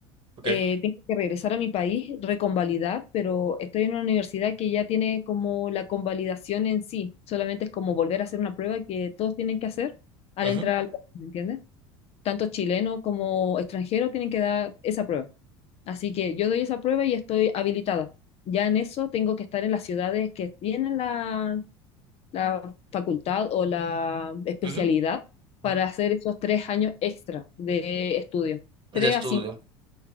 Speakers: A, on the right; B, on the left.
A: Ok.
B: eh, tengo que regresar a mi país, reconvalidar, pero estoy en una universidad que ya tiene como la convalidación en sí, solamente es como volver a hacer una prueba que todos tienen que hacer al
A: Ujú,
B: entrar al país, ¿me entiendes? Tanto chilenos como extranjeros tienen que dar esa prueba. Así que yo doy esa prueba y estoy habilitada. Ya en eso tengo que estar en las ciudades que tienen la, la facultad o la especialidad
A: ujú,
B: para
A: ujú.
B: hacer esos tres años extra de estudio,
A: De
B: tres
A: estudio.
B: a cinco